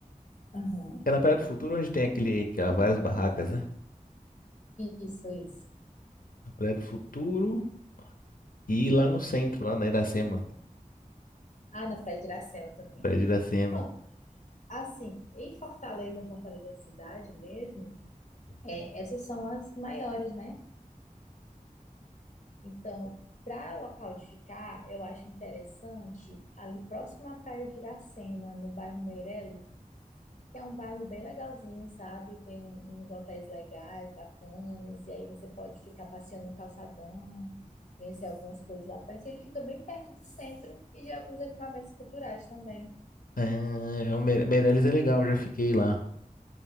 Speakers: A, on the left; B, on the left.
A: Aham.
B: É na Praia do Futuro onde tem aquele, aquela- várias barracas, né?
A: Isso, isso.
B: Na Praia do Futuro e lá no centro, lá na Iracema.
A: Ah, na Praia de Iracema também.
B: Praia de Iracema.
A: Pronto. Assim, em Fortaleza, Fortaleza cidade mesmo, é, essas são as maiores, né? Então, para local de ficar, eu acho interessante ali próximo à Praia de Iracema, no bairro Meireles, É um bairro bem legalzinho, sabe? Tem uns hotéis legais, bacanas, e aí você pode ficar passeando no calçadão, conhecer algumas coisas lá perto. Ele fica bem perto do centro e de alguns equipamentos culturais também.
B: É, é o Mere- Meireles é legal, eu já fiquei lá.